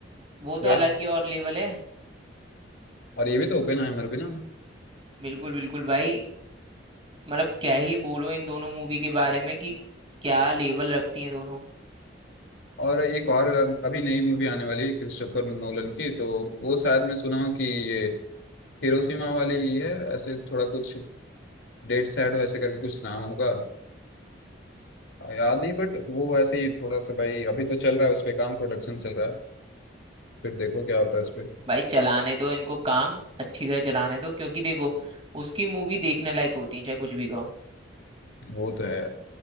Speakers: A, on the right; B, on the left.
A: वो तो
B: वैस
A: अलग ही और लेवल है
B: और ये भी तो ओपेनहाइमर भी ना
A: बिल्कुल बिल्कुल भाई मतलब क्या ही बोलो इन दोनों मूवी के बारे में कि क्या लेवल रखती हैं दोनों
B: और एक और अब- अभी नई मूवी आने वाली है क्रिस्टोफर नोलन की तो वो शायद मैं सुना हूँ कि ये हिरोशिमा वाले ही है ऐसे थोड़ा कुछ डेड सैड ऐसे करके कुछ नाम होगा याद नहीं बट वो ऐसे ही थोड़ा सा भाई अभी तो चल रहा है उस पे काम प्रोडक्शन चल रहा है फिर देखो क्या होता है उस पे
A: भाई चलाने दो इनको काम अच्छी तरह चलाने दो क्योंकि देखो उसकी मूवी देखने लायक होती है चाहे कुछ भी कहो
B: वो तो है